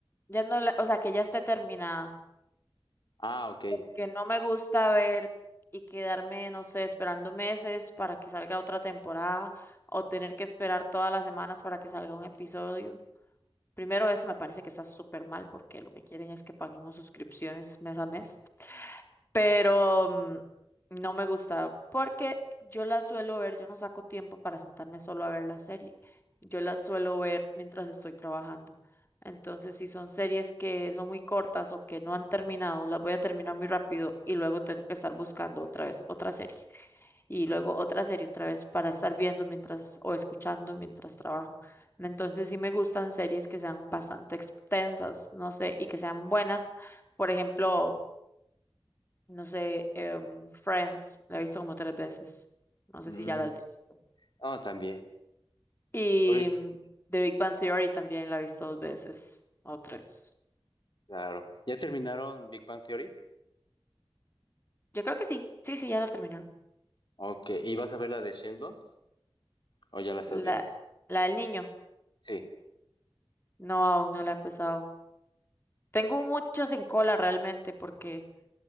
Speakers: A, on the left; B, on the left.
A: Ya no la- o sea, que ya esté terminada.
B: Ah, ok.
A: porque no me gusta ver y quedarme, no sé, esperando meses para que salga otra temporada o tener que esperar todas las semanas para que salga un episodio. Primero, eso me parece que está súper mal porque lo que quieren es que paguemos suscripciones mes a mes pero mm, no me gusta porque yo las suelo ver, yo no saco tiempo para sentarme solo a ver la serie, yo las suelo ver mientras estoy trabajando. Entonces, si son series que son muy cortas o que no han terminado, las voy a terminar muy rápido y luego tengo que estar buscando otra vez otra serie y luego otra serie otra vez para estar viendo mientras o escuchando mientras trabajo. Entonces, sí me gustan series que sean bastante extensas, no sé, y que sean buenas. Por ejemplo, no sé, em, Friends, la he visto como tres veces. No sé
B: Mm,
A: si ya la has visto.
B: No, también.
A: Y
B: Por ahí-
A: mm,
B: sí,
A: The Big Bang Theory también la he visto dos veces o tres.
B: claro. ¿Ya terminaron Big Bang Theory?
A: Yo creo que sí. Sí, sí, ya la terminaron.
B: Ok. ¿Y vas a ver la de Sheldon? ¿O ya la estás
A: La,
B: viendo?
A: la del niño.
B: Sí.
A: No, aún no la he empezado. Tengo muchas en cola realmente porque